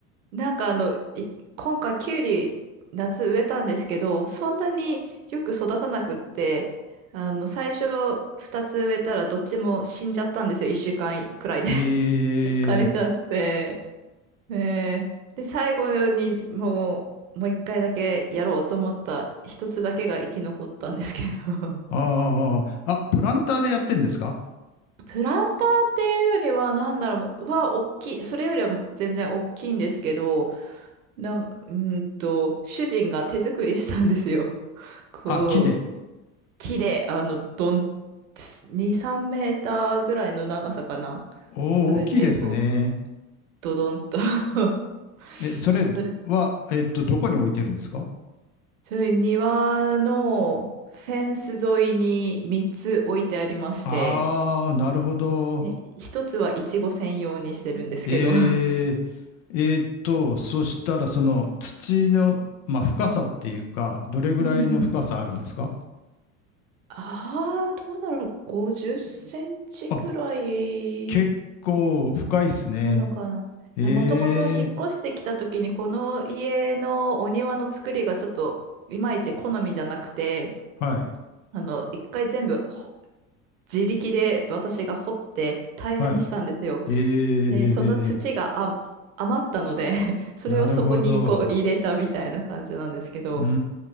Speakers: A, on the right; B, on the left.
A: なんかあの、い今回キュウリ夏植えたんですけど、そんなによく育たなくって、あの、最初2つ植えたらどっちも死んじゃったんですよ。1週間くらいで
B: えー、
A: <laughs> 枯れちゃって。ねえで、最後にもう、もう1回だけやろうと思った一つだけが生き残ったんですけど
B: あーあー、あプランターでやってんですか
A: プランターっていうよりは、なんだろう、は、大きい。それよりは全然大きいんですけど、なん、うーんと、主人が手作りしたんですよ。<laughs> こう、
B: あ、木で。
A: 木で、あの、どん、2、3メーターぐらいの長さかな。
B: おお、
A: それで、
B: 木ですね。
A: こう、ドドンと <laughs>
B: え、それは、
A: それ、
B: えっと、どこに置いてるんですか
A: それ庭のフェンス沿いに3つ置いてありまして、
B: ああー、なるほど。
A: ね、1つはイチゴ専用にしてるんですけど
B: えー、
A: <laughs> うん
B: えーっと、そしたら、その土の、まあ、深さっていうか、どれぐらいの深さあるんですか
A: うんああ、どうだろう。50センチくらい
B: あ、結構深いですね。
A: なのかな。いや、
B: ええ
A: もともと引っ越してきた時に、この家のお庭の作りがちょっといまいち好みじゃなくて、
B: はい、
A: あの、一回全部ほ自力で私が掘って平らにしたんですよ。
B: はい。ええええ
A: で、その土があ余ったので <laughs> それをそこにこう入れたみたいな感じなんですけど、
B: なるほど。うーん、